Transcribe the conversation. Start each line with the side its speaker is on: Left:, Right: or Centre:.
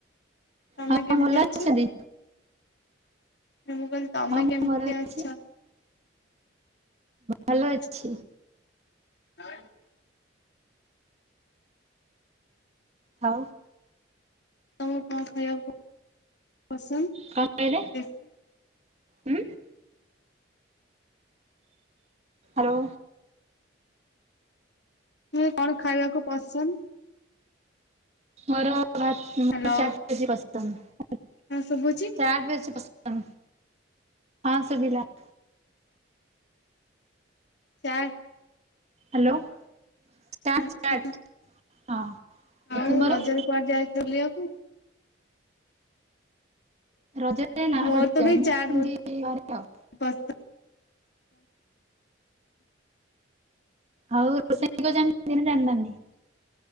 Left: ତମେ
Right: ହଁ
Left: କେମତି
Right: ଭଲ
Left: ଅଛ?
Right: ଅଛନ୍ତି।
Left: ମୁଁ କହିଲି ତମେ
Right: ହଁ ମୁଁ
Left: କେମତି
Right: ଭଲ ଅଛି।
Left: ଅଛ? <unintelligible>
Right: ଭଲ ଅଛି। ଆଉ
Left: ତମୁ କଣ ଖାଇବାକୁ ପସନ୍ଦ
Right: କଣ କହିଲେ?
Left: ବେସ୍
Right: ଉଁ। ହାଲୋ।
Left: ହୁଁ କଣ ଖାଇବାକୁ ପସନ୍ଦ?
Right: ମୋର ଭା
Left: ହ୍ୟାଲୋ
Right: <unintelligible>
Left: ହଁ ସବୁ ଅଛି।
Right: ଚାଟ ବେଶି ପସନ୍ଦ, ହଁ ସୁବିଲା।
Left: ଚା
Right: ହାଲୋ, ଷ୍ଟାର୍ଟ
Left: ଆଚ୍ଛା।
Right: ଷ୍ଟାର୍ଟ ହଁ
Left: ଆଉ
Right: ତୁମର?
Left: ରଜରେ କୁଆଡେ ଯାଇଥିଲ ବୁଲିଆକୁ?
Right: ରଜରେ ନା
Left: ମୋର
Right: କୁଆଡେ
Left: ତ
Right: ଯାଏନି
Left: ବି
Right: ଏମିତି
Left: ଚାଟ୍ ବହୁ
Right: ଘରେ ଆଉ।
Left: ପସ
Right: ଆଉ ରୋଷେଇ କ ଜାଣିଚନ୍ତିି ନା ଜାଣିନାହାନ୍ତି?